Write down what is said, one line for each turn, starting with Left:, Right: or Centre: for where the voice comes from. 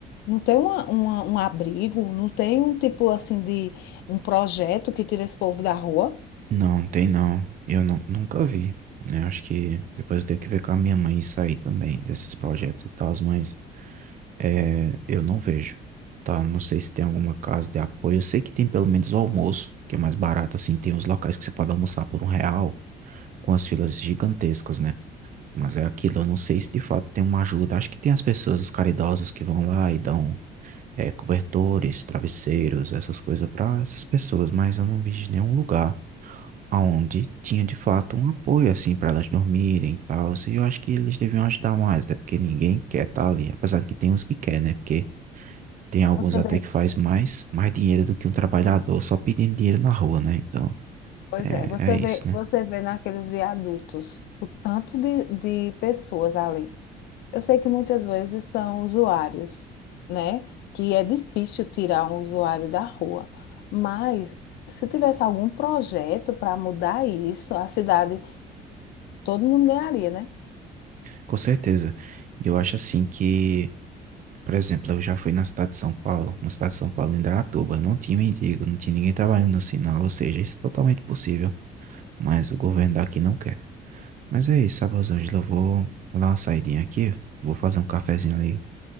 Left: não tem uma, uma- um abrigo, não tem um tipo assim de um projeto que tira esse povo da rua.
Right: Não, tem não. Eu nu- nunca vi, né? Acho que depois eu tenho que ver com a minha mãe isso aí também, desses projetos e tal, mas É, eu não vejo, tá? Não sei se tem alguma casa de apoio. Eu sei que tem pelo menos o almoço, que é mais barato, assim. Tem uns locais que você pode almoçar por um real, com as filas gigantescas, né? Mas é aquilo, eu não sei se de fato tem uma ajuda. Acho que tem as pessoas, os caridosos que vão lá e dão, é, cobertores, travesseiros, essas coisas pra essas pessoas, mas eu não vi de nenhum lugar onde tinha de fato um apoio, assim, pra elas dormirem e tal. E eu acho que eles deviam ajudar mais, né? Porque ninguém quer estar ali, apesar de que tem uns que quer, né? Porque tem alguns
Left: Você
Right: até
Left: vê,
Right: que faz mais, mais dinheiro do que um trabalhador só pedindo dinheiro na rua, né? Então,
Left: pois
Right: é,
Left: é, você
Right: é isso,
Left: vê,
Right: né?
Left: você vê naqueles viadutos o tanto de, de pessoas ali. Eu sei que muitas vezes são usuários, né? Que é difícil tirar um usuário da rua. Mas se tivesse algum projeto para mudar isso, a cidade, todo mundo ganharia, né?
Right: Com certeza. E eu acho assim que, por exemplo, eu já fui na cidade de São Paulo, na cidade de São Paulo, em Indaiatuba, não tinha mendigo, não tinha ninguém trabalhando no sinal, ou seja, isso é totalmente possível, mas o governo daqui não quer. Mas é isso, sabe, Rosângela? Eu vou vou dar uma saidinha aqui, vou fazer um cafezinho ali,